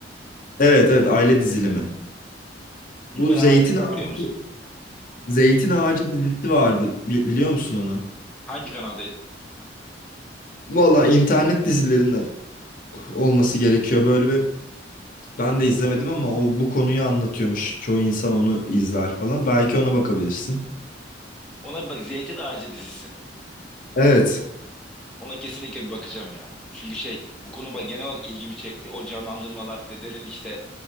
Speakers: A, on the left (about 50°); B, in the centre.
A: Evet evet aile dizilimi.
B: Bunu
A: Bu
B: ben
A: Zeytin
B: araştıracağım
A: Ağacı,
B: biliyor musun?
A: Zeytin Ağacı dizisi vardı. Bi- biliyor musun onu?
B: Hangi kanaldaydı?
A: Valla internet dizilerinden olması gerekiyor. Böyle bir ben de izlemedim ama o bu konuyu anlatıyormuş. Çoğu insan onu izler falan. Belki ona bakabilirsin.
B: Ona bir bak Zeytin Ağacı dizisi mi?
A: Evet.
B: Ona kesinlikle bir bakacağım ya. Çünkü şey bu konu ba- genel olarak ilgimi çekti. O canlandırmalar, dedenin işte